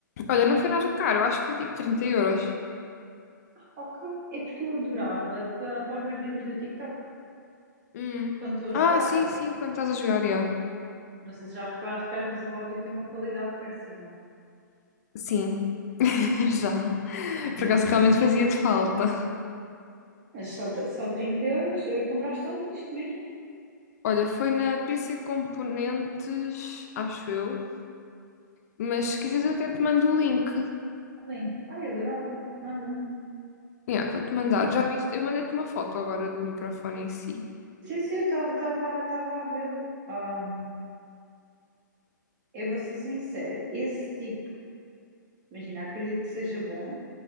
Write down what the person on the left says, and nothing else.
Olha, não foi nada caro. Acho que foi tipo 30 euros.
Hum.
Ah, sim, sim. Quando estás a jogar, já.
Sim, <laughs> já. Por
acaso realmente fazia-te falta.
Olha, foi na PC Componentes, acho eu. Mas se quiseres,
eu até te mando o link.
Yeah, vou-te mandar. Já viste? Eu mandei-te uma foto agora do microfone em si.